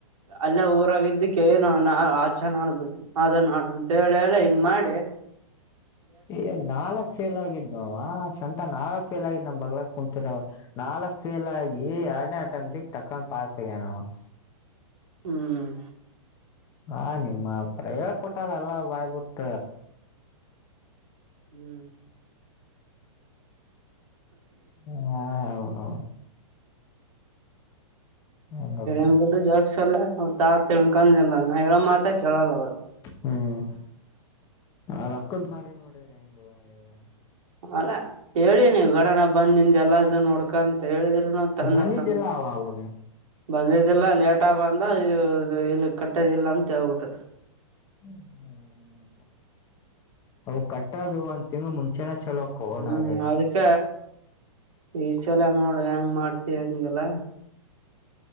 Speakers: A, on the right; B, on the left.
A: ಅಲ್ಲ ಊರಾಗಿದ್ದಕ್ಕೆ ನ ಆಚೆ ನಾ ಬಿಡ್ತೀನಿ ಅ ನಾ ಅಂತ ಹೇಳ ಹೇಳಿ ಮಾಡೆ
B: ಏ ನಾಲ್ಕ್ ಫೇಲ್ ಆಗಿದ್ ನಾವ್ ಶಂಟಾ ನಾಲ್ಕ್ ಫೇಲ್ ಆಗಿದ್ ನಮ್ ಬಗ್ಲಕ್ ಕುಂ ನಾಲ್ಕಕ್ ಫೇಲ್ ಆಗಿ ಎರಡನೇ ಆಟೋಮೆಟಿಕ್ ತಕೊಂಡ್ ಪಸ್ ಆಗ್ಯನವ
A: ಹ್ಮ್
B: ಹಾ ನಿಮ್ಮ ಪ್ರಯೋಗ ಕೊಟ್ಟದಲ್ಲ ಬಾಯ್ಬಿಟ್ಟ
A: ಹ್ಮ್
B: ಹಾ ಹೌನೌ ಹೆಂಗಪ್ಪ
A: ನ್ ಬಿಟ್ಟು ಜಾಗಸಲ್ಲ ಅವ ತಾ ತಿನ್ಕೊಂಡಿಲ್ಲ ನಾ ಹೇಳ ಮಾತ ಕೇಳಲ್ಲ ಅವ...
B: ಹ್ಮ್ ಆ ರೊಕ್ಕದ ಮಾರಿ ನೋಡಿದ್ರೆ ಹೆಂಗ ಗೋವ...
A: ಅಲ್ಲ ಹೇಳಿ ನೀವು ಗಡನ ಬಂದ್ ನಿಂದ ಎಲ್ಲ್ ನೋಡ್ಕ ಅಂತ ಹೇಳಿದ.. ತಂದ
B: ಬಂದಿದ್ದಿಲ್ಲ
A: ತಂದ...
B: ಅವ ಅವಾಗ
A: ಬಂದ್ದಿಲ್ಲ ಲೇಟ್ ಆಗ ಬಂದ ಇ ಇಲ್ಲಿ ಕಟ್ಟದ ಇಲ್ಲ ಅಂತ ಹೇಬಿಟ್.
B: ಹ್ಮ್ ಹ್ಮ್ ಹ್ಮ್ <inaudible> ಅವು ಕಟ್ಟದು ಅಂತ ತಿಂಗ ಮುಂಚೆನ... ಚಲೋ ಕೋಣ
A: ಹ್ಮ್
B: ಇರತ್ತೆ
A: ಅದ್ಕ ಈ ಸಲಯ ನೋಡ ಹೆಂಗ ಮಾಡ್ತಿ ಹಂಗೆಲ್ಲ...